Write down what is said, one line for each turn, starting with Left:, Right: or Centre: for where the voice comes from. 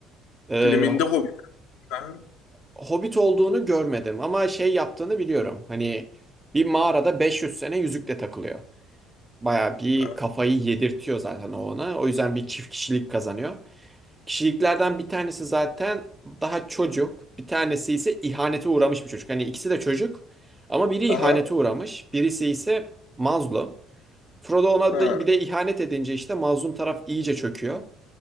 Right: Ee,
Left: filminde Hobbit. Aha.
Right: Hobbit olduğunu görmedim ama şey yaptığını biliyorum. Hani bir mağarada 500 sene yüzükle takılıyor. Baya bir
Left: Aha.
Right: kafayı yedirtiyor zaten o ona. O yüzden bir çift kişilik kazanıyor. Kişiliklerden bir tanesi zaten daha çocuk. Bir tanesi ise ihanete uğramış bir çocuk. Hani ikisi de çocuk ama biri
Left: Aha.
Right: ihanete uğramış. Birisi ise mazlum. Frodo ona
Left: Ha.
Right: da bir de ihanet edince işte mazlum taraf iyice çöküyor.